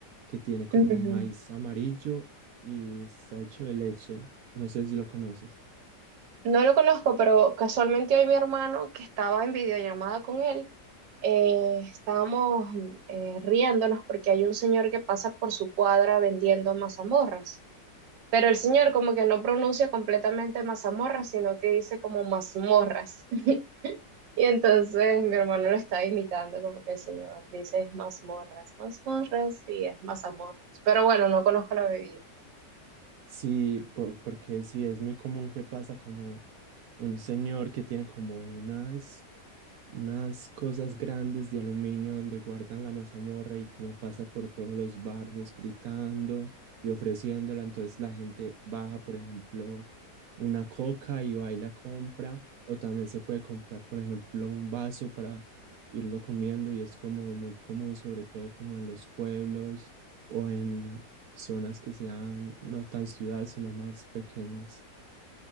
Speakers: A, on the right; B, on the right.
A: que tiene como
B: Ujú.
A: maíz amarillo y está hecho de leche. No sé si lo conoces.
B: No lo conozco, pero casualmente hoy mi hermano, que estaba en videollamada con él, eh, estábamos eh, riéndonos porque hay un señor que pasa por su cuadra vendiendo mazamorras. Pero el señor como que no pronuncia completamente mazamorras, sino que dice como mazmorras. <laughs> Y entonces mi hermano lo está imitando, como que el señor dice es mazmorras, mazmorras y es mazamorras. Pero bueno, no conozco la bebida.
A: Sí, por- porque sí, es muy común que pasa como un señor que tiene como unas, unas cosas grandes de aluminio donde guardan la mazamorra y como pasa por todos los barrios gritando y ofreciéndola. Entonces la gente baja, por ejemplo, una coca y va y la compra. O también se puede comprar, por ejemplo, un vaso para irlo comiendo y es como muy común, sobre todo como en los pueblos o en zonas que sean no tan ciudad, sino más pequeñas.